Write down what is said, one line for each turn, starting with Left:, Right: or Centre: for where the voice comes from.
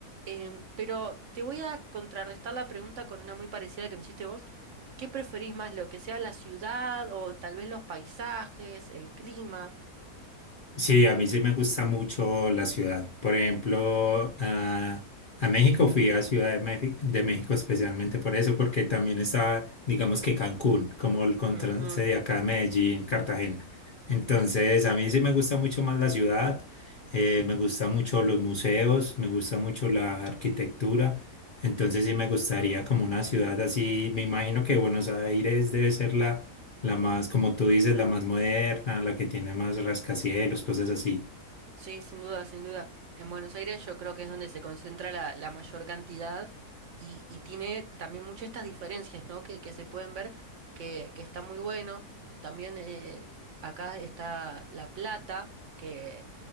Right: Em, pero te voy a contrarrestar la pregunta con una muy parecida a la que me hiciste vos. ¿Qué preferís más, lo que sea la ciudad o tal vez los paisajes, el clima?
Left: Sí, a mí sí me gusta mucho la ciudad. Por ejemplo, a, a México fui a Ciudad de México, de México especialmente por eso, porque también está, digamos que Cancún, como el contraste
Right: Ujú.
Left: de acá de Medellín, Cartagena. Entonces, a mí sí me gusta mucho más la ciudad, eh, me gusta mucho los museos, me gusta mucho la arquitectura. Entonces, sí me gustaría como una ciudad así. Me imagino que Buenos Aires debe ser la la más, como tú dices, la más moderna, la que tiene más rascacielos, cosas así.
Right: Sí, sin duda, sin duda. En Buenos Aires yo creo que es donde se concentra la, la mayor cantidad y, y tiene también muchas estas diferencias, ¿no? Que, que se pueden ver, que, que está muy bueno. También eh, acá está La Plata, que